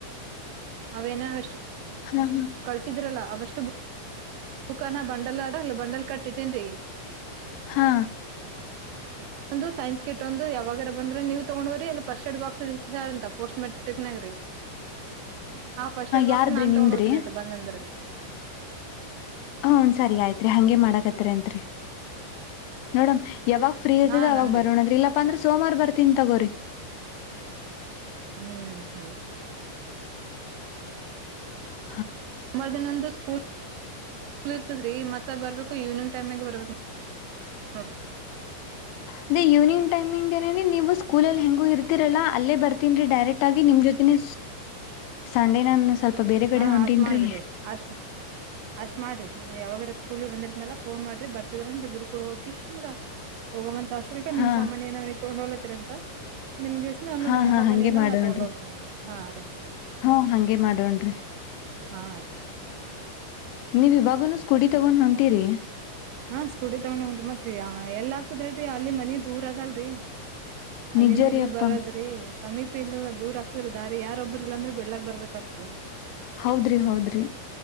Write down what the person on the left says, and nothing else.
ಹಾ
ಹಾ
ಯಾರ್ದ್ರಿ
ನಿಮ್ದ್ರಿ
ಹ್ಮ ಸರಿ ಆಯ್ತ್ರಿ ಹಗೆ ಮಾಡಕತ್ರಿ ಅಂರಿ ನೋಡಮ ಯಾವಾಗ ಶ್ರೀ ಇರ್ತದ
ಅವಾಗ
ಬರೋಣದ್ರ ಇಲ್ಲಪ್ಪ ಅ್ರ ಸೋಮಾರ ಬರ್ ಚಿಂತಕರಿ
ಹ
ಅದೇ ಈವ್ನಿಂಗ್ ಟೈಮಿಂಗ್ ಏನೇ ನೀವು ಕೂಲ್ಲಿ ಹೆಂಗೂ ಇರ್ತಿರಲ್ಲ ಅಲ್ಲೇ ಬರ್ತೀನ್ರೀ ಡೈರೆಕ್ಟ್ ಆಗಿ ನಿಮ ಜೊತೆ ಸಂಡೆ ನ ಸ್ವಲ್ಪ ಬೇರೆ ಕಡೆ
ಹೊಂಟೀನ್ರಿ
ಹಾ
ಹಾ
ಹಾ
ಹಂಗೆ
ಮಾಡೋಣ್ರಿ
ಹಾ ಹಂಗೆ ಮಾಡೋಣ್ರಿ
ನೀವ್ ಇವಾಗನು ಸ್ಕೂಟಿ ತಗೊಂಡ್ ಹೊಂಟಿರಿ
ನಿಜ
ರೀ ಅಪ್ಪಾ
ಹೌದ್ರಿ ಹೌದ್ರಿ